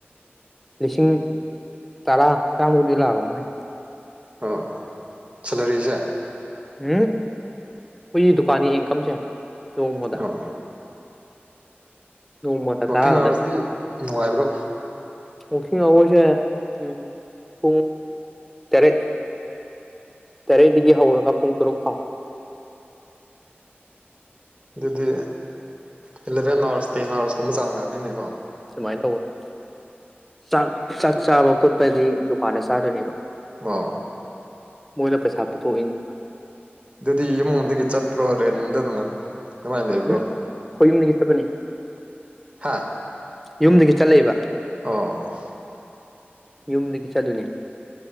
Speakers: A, in the centre; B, on the right (about 30°).
A: ꯂꯤꯁꯤꯡ ꯇꯔꯥ ꯇꯥꯃꯨꯛꯗꯤ ꯂꯥꯛꯑꯝꯃꯅꯤ
B: ꯑꯣ ꯁꯦꯂꯔꯤꯁꯦ
A: ꯎꯝ ꯑꯩꯈꯣꯏꯒꯤ ꯗꯨꯀꯥꯟꯒꯤ ꯏꯟꯀꯝꯁꯦ ꯅꯣꯡꯃꯗ
B: ꯑꯣ
A: ꯅꯣꯡꯃꯗ
B: ꯋꯀꯤꯡ
A: ꯇꯔꯥ
B: ꯑꯥꯔꯁꯇꯤ ꯅꯨꯡꯉꯥꯏꯕ꯭ꯔꯣ
A: ꯋꯥꯀꯤꯡ ꯑꯋꯔꯁꯦ ꯎꯝ ꯄꯨꯡ ꯇꯔꯦꯠ ꯇꯔꯦꯠꯗꯒꯤ ꯍꯧꯔꯒ ꯄꯨꯡ ꯇꯔꯨꯛ ꯐꯥꯎ
B: ꯑꯗꯨꯗꯤ ꯑꯦꯂꯚꯦꯟ ꯑꯥꯋꯔꯁ ꯇꯦꯟ ꯑꯥꯋꯔꯁꯀꯨꯝꯕ ꯆꯥꯡꯉꯛꯅꯤꯅꯦꯀꯣ
A: ꯑꯗꯨꯃꯥꯏꯅ ꯇꯧꯕꯅ ꯆꯥꯛ ꯆꯥꯛ ꯆꯥꯕ ꯈꯣꯠꯄꯗꯤ ꯗꯨꯀꯥꯟꯗ ꯆꯥꯗꯣꯏꯅꯦꯕ
B: ꯑ
A: ꯃꯣꯏꯅ ꯄꯩꯁꯥ ꯄꯨꯊꯣꯛꯏꯅꯦꯕ
B: ꯑꯗꯨꯗꯤ ꯏꯃꯨꯡꯗꯒꯤ ꯆꯠꯄ꯭ꯔꯣ ꯔꯦꯟꯝꯗ ꯀꯃꯥꯏꯅ ꯂꯩꯕ꯭ꯔꯣ
A: ꯎꯝ ꯑꯩꯈꯣꯏ ꯌꯨꯝꯗꯒꯤ ꯆꯠꯄꯅꯤ
B: ꯍꯥꯥ
A: ꯌꯨꯝꯗꯒꯤ ꯆꯠꯂꯛꯏꯕ
B: ꯑꯣ
A: ꯌꯨꯝꯗꯒꯤ ꯆꯠꯗꯣꯏꯅꯤ